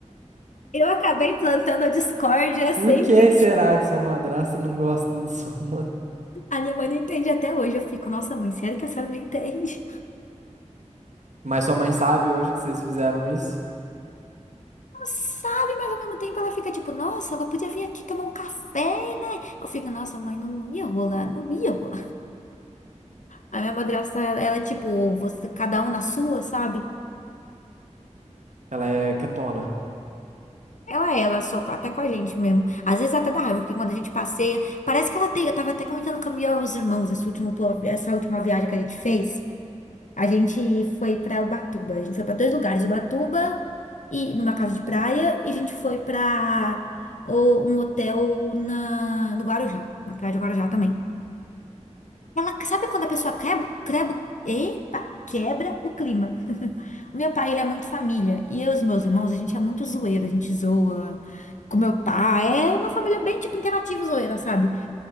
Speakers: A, on the left; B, on the right.
A: Eu acabei plantando a discórdia sempre.
B: Por que será que sua madrasta não gosta da sua mãe?
A: A minha mãe não entende até hoje. Eu fico, nossa, mãe, sério que a senhora não entende?
B: Mas sua mãe sabe hoje que vocês fizeram isso?
A: Não sabe, mas ao mesmo tempo ela fica tipo, nossa, ela podia vir aqui tomar um café, né? Eu fico, nossa, mãe, não, não ia rolar, não ia rolar. A minha madrasta, ela, ela é tipo, você, cada um na sua, sabe?
B: Ela é quietona.
A: Ela, é, ela, só com- até com a gente mesmo. Às vezes até dá raiva, porque quando a gente passeia, parece que ela tem. Eu tava até comentando com a minha- os irmãos esse último, po- essa última viagem que a gente fez. A gente foi para Ubatuba. A gente foi para dois lugares, Ubatuba e numa casa de praia, e a gente foi para um hotel na, no Guarujá, na praia de Guarujá também. Ela sabe quando a pessoa quebra, quebra, epa, quebra o clima. <laughs> O meu pai, ele é muito família, e eu e os meus irmãos, a gente é muito zoeiro, a gente zoa com meu pai. É uma família bem tipo interativa e zoeira, sabe?